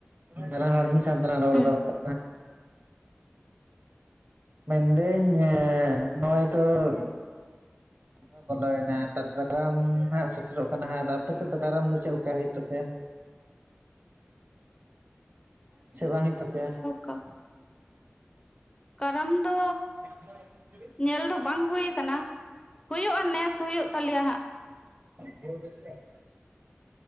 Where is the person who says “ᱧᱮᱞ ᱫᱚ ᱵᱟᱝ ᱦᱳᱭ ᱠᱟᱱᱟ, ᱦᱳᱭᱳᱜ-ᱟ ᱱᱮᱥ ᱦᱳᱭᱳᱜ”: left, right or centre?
Left